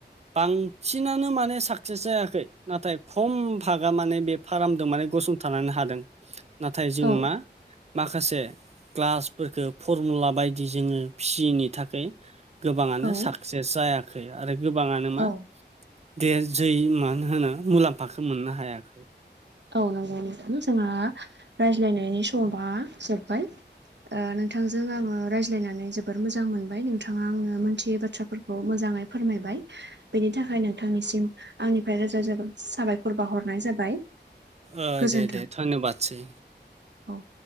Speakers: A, on the right; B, on the right.
A: बांसिनानो माने साकसेस जायाखै नाथाय खम भागा माने बे फारामजों माने गसंथानानै हादों।
B: <inaudible>
A: नाथाय जोङो
B: औ
A: मा माखासे क्लासफोरफोरखौ फरमुला बायदि जोङो फिसियैनि थाखाय गोबाङानो
B: औ
A: साक्सेस जायाखै आरो गोबाङानो मा
B: औ
A: देर जै मानो होनो मुलाम्फाखो मोननो हायाखै
B: औ नंगौ नोंथां जोंहा रायज्लायनायनि समा जोब्बाय ओ नोंथांजों आङो रायज्लायनानै जोबोर मोजां मोनबाय नोंथाङा आंनो मोनथियै बाथ्राखौ फोरखौ मोजाङै फोरमायबाय बेनि थाखाय नोंथांनिसिम आंनिफ्राय रोजा रोजा साबायखर बावहरनाय जाबाय
A: औ
B: गोजोन्थों
A: दे दे धन्यबादसै
B: औ